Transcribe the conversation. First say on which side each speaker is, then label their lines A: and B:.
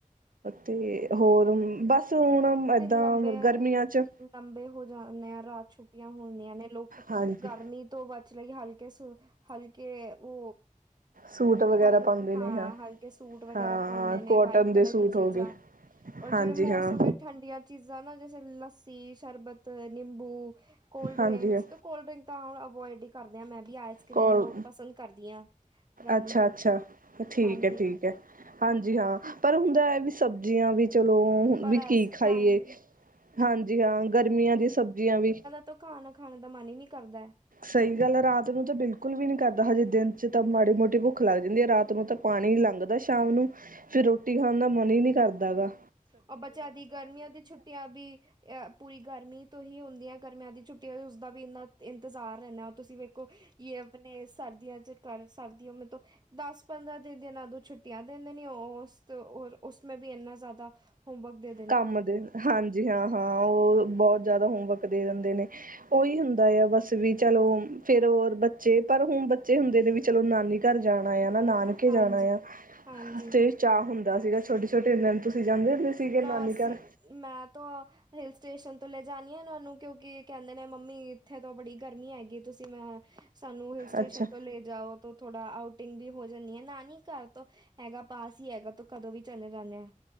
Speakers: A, on the right; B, on the right.
A: ਤੇ ਹੋਰ ਬਸ ਹੁਣ ਏਦਾਂ
B: ਦਿਨ ਲੰਬੇ-ਲੰਬੇ
A: ਗਰਮੀਆਂ ਚ
B: ਹੋ ਜਾਂਨੇ ਆਂ ਰਾਤ ਛੁੱਟੀਆਂ ਹੁੰਦੀਆਂ ਨੇ ਲੋਕ
A: ਹਾਂਜੀ
B: ਗਰਮੀ ਤੋਂ ਬਚਨ ਲਈ ਹਲਕੇ ਸ ਹਲਕੇ ਓ
A: ਸੂਟ ਵਗੈਰਾ
B: ਹਲ
A: ਪਾਉਂਦੇ
B: ਹਾਂ
A: ਨੇ
B: ਹਲਕੇ ਸੂਟ ਵਗੈਰਾ
A: ਹਾਂ
B: ਪਾਉਂਦੇ ਨੇ
A: ਕੋਟਨ
B: ਵਾਈਟ
A: ਦੇ
B: ਕਲਰ
A: ਸੂਟ
B: ਕੀ ਚੀਜ਼ਾਂ
A: ਹੋ ਗਏ
B: ਔਰ
A: ਹਾਂਜੀ
B: ਜਿਵੇਂ ਮੌਸਮ
A: ਹਾਂ
B: ਵਿੱਚ ਠੰਡੀਆਂ ਚੀਜ਼ਾਂ ਨਾ ਜੈਸੇ ਲੱਸੀ, ਸ਼ਰਬਤ, ਨਿੰਬੂ, ਕੋਲਡ
A: ਹਾਂਜੀ
B: ਡਰਿੰਕਸ
A: ਹਾਂ
B: ਕੋਲਡ ਡਰਿੰਕ ਤਾਂ ਹੁਨ ਅਵੋਇਡ ਈ ਕਰਦੇ ਆਂ ਮੈਂ ਵੀ ਆਏਲਸ ਕਰੀਮ
A: ਕੋਲ
B: ਬੋਤ ਪਸੰਦ ਕਰਦੀ ਆਂ ਗਰਮੀ
A: ਅੱਛਾ
B: ਤੋਂ,
A: ਅੱਛਾ ਠੀਕ
B: ਹਾਂਜੀ।
A: ਹੈ ਠੀਕ ਐ ਹਾਂਜੀ ਹਾਂ ਪਰ ਹੁੰਦਾ ਐ ਵੀ ਸਬਜ਼ੀਆਂ ਵੀ ਚਲੋ
B: ਪਰ
A: ਵੀ ਕੀ
B: ਇਸ
A: ਖਾਈਏ,
B: ਟਾਈਮ
A: ਹਾਂਜੀ ਹਾਂ ਗਰਮੀਆਂ ਦੀ ਸਬਜ਼ੀਆਂ ਵੀ
B: ਤ ਖਾਨਾ ਖਾਨ ਦਾ ਮਨ ਈ ਨਈ ਕਰਦਾ।
A: ਸਈ ਗੱਲ ਐ ਰਾਤ ਨੂੰ ਤਾਂ ਬਿਲਕੁਲ ਵੀ ਨਈ ਕਰਦਾ ਹਜੇ ਦਿਨ ਚ ਤਾਂ ਮਾੜੀ ਮੋਟੀ ਭੁੱਖ ਲੱਗ ਜਾਂਦੀ ਐ ਰਾਤ ਨੂੰ ਤਾਂ ਪਾਨੀ ਲੰਘਦਾ ਸ਼ਾਮ ਨੂੰ, ਫੇਰ ਰੋਟੀ ਖਾਣ ਦਾ ਮਨ ਈ ਨਈ ਕਰਦਾਗਾ।
B: ਆ ਬੱਚਿਆਂ ਦੀ ਗਰਮੀਆਂ ਦੀ ਛੁੱਟੀਆਂ ਵੀ ਪੂਰੀ ਗਰਮੀ ਤੋਂ ਹੀ ਹੁੰਦੀ ਹੈ ਗਰਮੀਆਂ ਦੀ ਛੁੱਟੀਆਂ ਵੀ ਉਸਦਾ ਵੀ ਇੰਨਾ ਇੰਤਜ਼ਾਰ ਰੈਨਾ ਹੋ ਤੁਸੀਂ ਵੇਖ ਕੋ ਯੇ ਆਪਨੇ ਸਰਦੀਆਂ ਚ ਕਰ ਸਰਦੀਓਂ ਮੇਂ ਤੋ ਦਸ ਪੰਦਰਾਂ ਦਿਨ ਦੇ ਏਨਾਂ ਨੂੰ ਛੁੱਟੀਆਂ ਦਿੰਦੇ ਨੇ ਓਸ ਉਸ ਮੇ ਵੀ ਇੰਨਾ ਜ਼ਾਦਾ ਹੋਮਵਰਕ ਦੇ
A: ਕੰਮ ਦੇ ਹਾਂਜੀ ਹਾਂ-ਹਾਂ ਓ ਬਹੁਤ ਜ਼ਾਦਾ ਹੋਮਵਰਕ ਦੇ ਦਿੰਦੇ ਨੇ। ਓਈ ਹੁੰਦਾ ਆ ਬਸ ਵੀ ਚਲੋ ਫੇਰ ਹੋਰ ਬੱਚੇ ਪਰ ਹੁਨ ਬੱਚੇ ਹੁੰਦੇ ਨੇ ਵੀ ਚਲੋ ਨਾਨੀ ਘਰ ਜਾਨਾ ਆ ਨਾ ਨਾਨਕੇ
B: ਹਾਂਜੀ
A: ਜਾਨਾ ਆ,
B: ਹਾਂਜੀ
A: ਤੇ ਚਾਅ ਹੁੰਦਾ ਸੀਗਾ ਛੋਟੇ ਛੋਟੇ ਦਿਨ ਤੁਸੀਂ ਜਾਂਦੇ ਹੁੰਦੇ ਸੀਗੇ। ਨਾਨੀ
B: ਨਾ ਅਸੀ
A: ਘਰ
B: ਮੈਂ ਤਾਂ ਹਿਲ ਸਟੇਸ਼ਨ ਤੋਂ ਲੈ ਜਾਣੀ ਆ ਨਾ ਓਨੂੰ ਕਿਓਂਕਿ ਕੈਂਦੇ ਨੇ ਮੰਮੀ ਇੱਥੇ ਤੋਂ ਬੜੀ ਗਰਮੀ ਹੈਗੀ ਤੁਸੀਂ ਮੈਂ ਸਾਨੂੰ ਹਿਲ ਸਟੇਸ਼ਨ
A: ਅੱਛਾ
B: ਤੋਂ ਲੇ ਜਾਓ। ਤੋ ਥੋੜਾ ਆਊਟਿੰਗ ਵੀ ਹੋ ਜਾਂਨੀ ਏ ਨਾਨੀ ਘਰ ਤੋਂ ਹੈਗਾ ਪਾਸ ਈ ਹੈਗਾ ਤੋ ਕਦੋਂ ਵੀ ਚਲੇ ਜਾਂਨੇ ਆ।